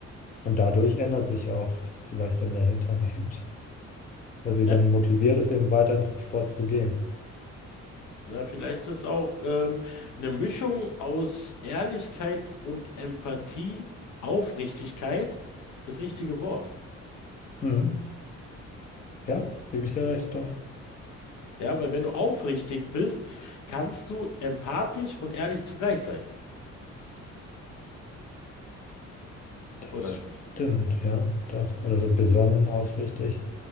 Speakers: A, on the left; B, on the left.
A: Und dadurch ändert sich auch vielleicht dann der Hintern eben, <laughs> weil sie
B: Ja,
A: dann motiviert ist, eben weiter ins Sport zu gehen.
B: na, vielleicht ist auch ähm, eine Mischung aus Ehrlichkeit und Empathie, Aufrichtigkeit das richtige Wort.
A: Mhm. Ja, gebe ich dir recht, doch.
B: Ja, weil wenn du aufrichtig bist, kannst du empathisch und ehrlich zugleich sein,
A: Das
B: oder nicht?
A: stimmt, ja, doch. Oder so besonnen, aufrichtig.